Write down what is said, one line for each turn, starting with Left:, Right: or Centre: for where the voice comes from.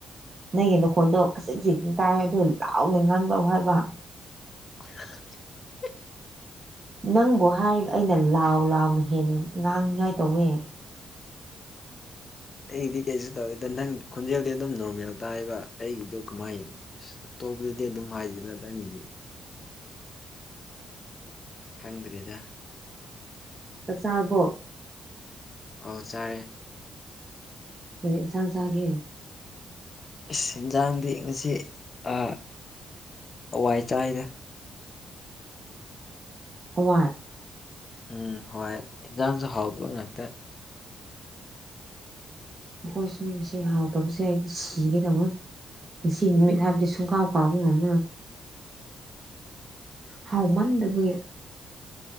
Right: ꯅꯪꯒꯤ ꯅꯈꯣꯟꯗꯣ ꯈꯖꯤꯛ ꯈꯖꯤꯛ ꯇꯥꯏ ꯑꯗꯨ ꯂꯥꯎꯅ ꯉꯥꯡ ꯂꯛꯎ ꯍꯥꯏꯕ
Left: <inaudible>
Right: ꯅꯪꯕꯨ ꯍꯥꯏꯔꯒ ꯑꯩꯅ ꯂꯥꯎ ꯂꯥꯎꯅ ꯍꯦꯟꯅ ꯉꯥꯡꯅꯤꯉꯥꯏ ꯇꯧꯋꯦ <inaudible>
Left: ꯑꯩꯗꯤ ꯀꯩꯁꯨ ꯇꯧꯗꯦ ꯅꯪ ꯈꯣꯟꯖꯦꯜꯗꯤ ꯑꯗꯨꯝ ꯅꯣꯔꯃꯦꯜ ꯇꯥꯏꯕ ꯑꯩꯒꯤꯗꯣ ꯀꯃꯥꯏ ꯑꯇꯣꯄꯩꯩꯗꯗꯤ ꯑꯗꯨꯝ ꯍꯥꯏꯗ ꯅꯪꯒꯤꯗꯤ ꯈꯪꯗ꯭ꯔꯤꯗ
Right: ꯆꯥꯛꯆꯥꯥꯕꯣ
Left: ꯑꯧ ꯆꯥꯔꯦ
Right: ꯀꯔꯤ ꯢꯟꯁꯥꯡ ꯆꯥꯒꯦ
Left: ꯏꯁ ꯏꯟꯖꯥꯡꯗꯤ ꯉꯁꯤ ꯑꯥ ꯍꯋꯥꯏ ꯆꯥꯏꯗ
Right: ꯍꯋꯥꯏ
Left: ꯎꯝ ꯍꯣꯏ ꯌꯦꯟꯖꯥꯡꯁꯨ ꯍꯥꯎꯗꯕ ꯉꯥꯛꯇ
Right: ꯑꯩꯈꯣꯏꯁꯨꯅꯦ ꯉꯁꯤ ꯍꯥꯎꯗꯕꯁꯦ ꯑꯩꯗꯤ ꯁꯤꯒꯦꯗꯧꯋꯦ ꯉꯁꯤ ꯅꯨꯃꯤꯠ ꯍꯥꯏꯕꯗꯤ ꯁꯨꯡꯀꯥꯎ ꯀꯥꯎ ꯉꯝꯃꯔꯣꯢ ꯍꯥꯎꯃꯟꯗꯕꯒꯤ